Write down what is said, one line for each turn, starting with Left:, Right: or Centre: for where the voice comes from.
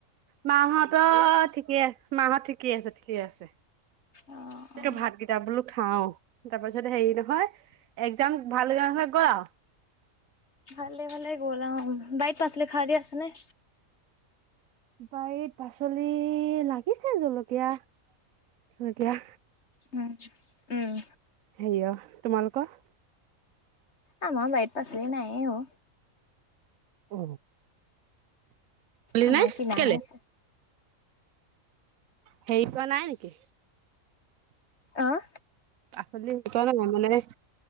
Right: মাহঁত ঠিকে আ মাহত ঠিকে আছে ঠিকে আছে।
Left: অ। অ
Right: টো ভাত কেইটা বোলো খাও, তাৰ পিছত হেৰি নহয় একজাম ভাল লগা ৰিজাল হৈ গল আও।
Left: <unintelligible> ভালে ভালে গ'ল আউ উম বাইত পাচলি খাৰাদি আছে নে?
Right: বাৰীত পাচলি লাগিছে জলকীয়া জলকীয়া
Left: উম উম
Right: সেই অ তোমালোকৰ?
Left: আমা বাইট পাচলি নাই অ।
Right: অ কলি
Left: আমাৰ
Right: নে
Left: কিনাহে
Right: কেলে
Left: আছে
Right: সেই পোৱা নাই নেকি?
Left: আহ
Right: হলি শ ক ন আ মানে <inaudible>